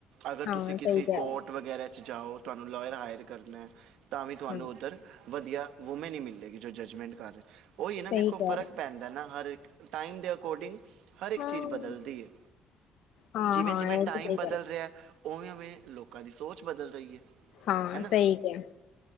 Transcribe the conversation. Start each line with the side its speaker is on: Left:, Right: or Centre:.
Right: ਅਗਰ
Left: ਹਾਂ
Right: ਤੁਸੀਂ ਕਿਸੇ
Left: ਸਹੀ ਕਹਿ
Right: ਕੋਰਟ
Left: ਰਹੇ
Right: ਵਗੈਰਾ 'ਚ ਜਾਓ ਤੁਹਾਨੂੰ ਲਾਇਅਰ ਹਾਇਰ ਕਰਨਾ ਤਾਂ ਵੀ ਤੁਹਾਨੂੰ
Left: ਹਮ
Right: ਉੱਧਰ ਵਧੀਆ ਵੂਮੈਨ ਹੀ ਮਿਲੇਗੀ ਜੋ ਜੱਜਮੈਂਟ ਕਰ ਰਹੇ ਉਹੀ ਹੈ
Left: ਸਹੀ
Right: ਨਾ ਦੇਖੋ
Left: ਕਹਿ
Right: ਫਰਕ
Left: ਰਹੇ ਹੋ।
Right: ਪੈਂਦਾ ਨਾ ਹਰ ਇੱਕ ਟਾਈਮ ਦੇ ਅਕੋਡਿੰਗ ਹਰ ਇੱਕ
Left: ਹਾਂ
Right: ਚੀਜ਼ ਬਦਲਦੀ ਹੈ
Left: ਹਾਂ
Right: ਜਿਵੇਂ
Left: ਹਾਂ
Right: ਜਿਵੇਂ
Left: ਇਹ
Right: ਟਾਈਮ
Left: ਤੇ ਸਹੀ
Right: ਬਦਲ
Left: ਕਹਿ ਰਹੇ ਹੋ,
Right: ਰਿਹਾ। ਉਵੇਂ ਉਵੇਂ ਲੋਕਾਂ ਦੀ ਸੋਚ ਬਦਲ ਰਹੀ ਹੈ
Left: ਹਾਂ
Right: ਹੈ ਨਾ
Left: ਸਹੀ ਕਿਹਾ